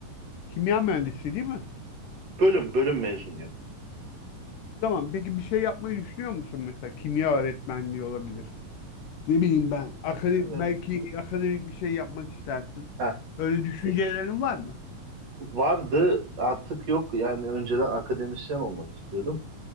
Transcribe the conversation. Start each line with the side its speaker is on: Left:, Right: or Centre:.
Left: kimya mühendisi değil mi?
Right: Bölüm bölüm mezunuyum.
Left: Tamam. Peki bir şey yapmayı düşünüyor musun mesela? Kimya öğretmenliği olabilir. Ne bileyim ben. Akademik,
Right: Evet.
Left: belki akademik bir şey yapmak istersin.
Right: Heh.
Left: Öyle düşüncelerin
Right: E,
Left: var mı?
Right: Vardı artık yok yani önceden akademisyen olmak istiyordum.